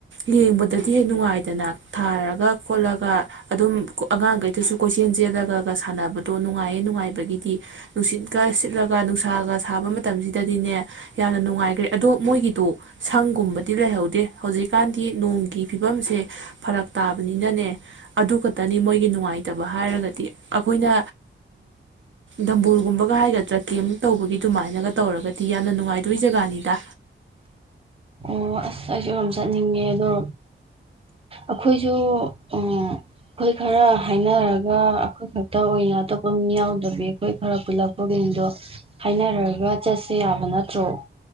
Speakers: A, on the right; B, on the right.
A: ꯌꯦꯡꯕꯗꯗꯤ ꯍꯦꯛ ꯅꯨꯡꯉꯥꯏꯗꯅ ꯊꯥꯔꯒ ꯈꯣꯠꯂꯒ ꯑꯗꯨꯝ ꯑꯉꯥꯡꯈꯩꯗꯁꯨ ꯀꯣꯏꯆꯦꯜ ꯆꯦꯜꯂꯒꯒ ꯁꯥꯟꯅꯕꯗꯣ ꯅꯨꯡꯉꯥꯏꯌꯦ ꯅꯨꯡꯉꯥꯏꯕꯒꯤꯗꯤ ꯅꯨꯡꯁꯤꯠꯀ ꯁꯤꯠꯂꯒ ꯅꯨꯡꯁꯥꯒ꯫ ꯁꯥꯕ ꯃꯇꯝꯁꯤꯗꯗꯤꯅꯦ ꯌꯥꯝꯅ ꯅꯨꯡꯉꯥꯏꯈ꯭ꯔꯦ ꯑꯗꯣ ꯃꯣꯏꯒꯤꯗꯣ ꯁꯪꯒꯨꯝꯕꯗꯤ ꯂꯩꯍꯧꯗꯦ ꯍꯧꯖꯤꯛꯀꯥꯟꯗꯤ ꯅꯣꯡꯒꯤ ꯐꯤꯕꯝꯁꯦ ꯐꯔꯛ ꯇꯥꯕꯅꯤꯅꯅꯦ ꯑꯗꯨ ꯈꯛꯇꯅꯤ ꯃꯣꯏꯒꯤ ꯅꯨꯡꯉꯥꯏꯇꯕ ꯍꯥꯏꯔꯒꯗꯤ ꯑꯩꯈꯣꯏꯅ ꯗꯝꯕꯨꯜꯒꯨꯝꯕꯒ ꯍꯥꯏꯒꯗ꯭ꯔꯥ ꯀꯦꯝ ꯇꯧꯕꯒꯤ꯫ ꯑꯗꯨꯃꯥꯏꯅꯒ ꯇꯧꯔꯒꯗꯤ ꯌꯥꯝꯅ ꯅꯨꯡꯉꯥꯏꯗꯣꯏ ꯖꯒꯥꯅꯤꯗ꯫
B: ꯑꯣ ꯑꯁ ꯑꯩꯁꯨ ꯌꯥꯝ ꯆꯠꯅꯤꯡꯉꯦ ꯑꯗꯣ ꯑꯈꯣꯏꯁꯨ ꯑꯈꯣꯏ ꯈꯔ ꯍꯥꯏꯅꯔꯒ ꯑꯩꯈꯣꯏ ꯈꯛꯇ ꯑꯣꯏꯅ ꯑꯇꯣꯞꯄ ꯃꯤ ꯌꯥꯎꯗꯕꯤ ꯑꯩꯈꯣꯏ ꯈꯔ ꯄꯨꯜꯂꯛꯄꯒꯤꯗꯣ ꯍꯥꯏꯅꯔꯒ ꯆꯠꯁꯦ ꯌꯥꯕ ꯅꯠꯇ꯭ꯔꯣ꯫